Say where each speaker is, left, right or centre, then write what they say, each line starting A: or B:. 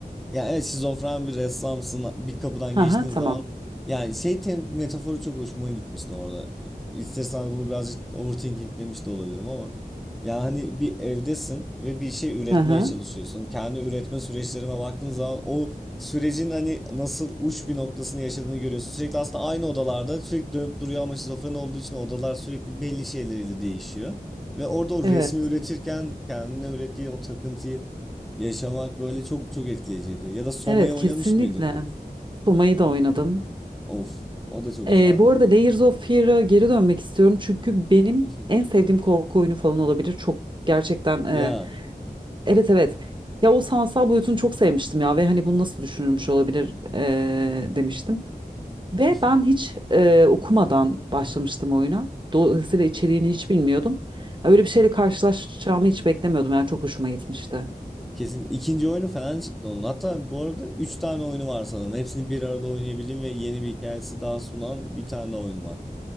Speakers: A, in the centre; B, on the right.
A: Yani evet şizofren bir ressamsın bir kapıdan
B: Hı
A: geçtiğin
B: hı, tamam.
A: zaman yani şey tem- metaforu çok hoşuma gitmişti orada. İstersen bunu birazcık overthinkinglemiş de olabilirim ama yani bir evdesin ve bir şey üretmeye
B: Hı hı.
A: çalışıyorsun. Kendi üretme süreçlerime baktığın zaman o sürecin hani nasıl uç bir noktasını yaşadığını görüyorsun. Sürekli aslında aynı odalarda sürekli dönüp duruyor ama şizofren olduğu için odalar sürekli belli şeyleriyle değişiyor. Ve orada o
B: Evet.
A: resmi üretirken kendine ürettiği o takıntıyı Yaşamak böyle çok çok etkileyiciydi. Ya da Soma'ya
B: Evet
A: oynamış
B: kesinlikle.
A: mıydın?
B: Soma'yı da oynadım.
A: Of, o da çok
B: Ee,
A: güzeldi
B: bu arada
A: değil mi?
B: Layers of Fear'a geri dönmek istiyorum çünkü benim
A: <laughs>
B: en sevdiğim korku oyunu falan olabilir. Çok gerçekten e,
A: Ya.
B: evet evet. Ya o sanatsal boyutunu çok sevmiştim ya ve hani bu nasıl düşünülmüş olabilir e, demiştim. Ve
A: <laughs>
B: ben hiç e, okumadan başlamıştım oyuna. Dolayısıyla içeriğini hiç bilmiyordum. Öyle bir şeyle karşılaşacağımı hiç beklemiyordum. Yani çok hoşuma gitmişti.
A: Kesin ikinci oyunu falan çıktı onun. Hatta bu arada 3 tane oyunu var sanırım. Hepsini bir arada oynayabildiğim ve yeni bir hikayesi daha sunan bir tane daha oyun var.